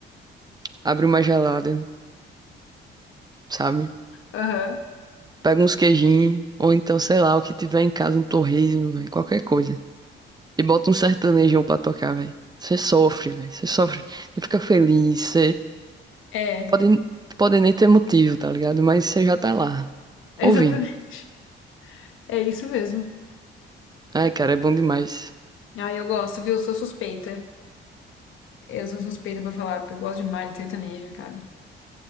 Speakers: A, on the right (about 20°); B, on the left (about 85°).
A: abre uma gelada, sabe?
B: Aham.
A: Pega uns queijinhos, ou então, sei lá, o que tiver em casa, um torresmo, velho, qualquer coisa. E bota um sertanejão pra tocar, velho. Você sofre, velho. Você sofre. Você fica feliz,
B: É,
A: Pode, pode nem ter motivo, tá ligado? Mas você já tá lá.
B: <laughs> exatamente.
A: Ouvindo.
B: É isso mesmo.
A: Ai, cara, é bom demais.
B: Ah, eu gosto, viu? Sou suspeita. Eu sou suspeita pra falar, porque eu gosto demais de sertanejo, cara.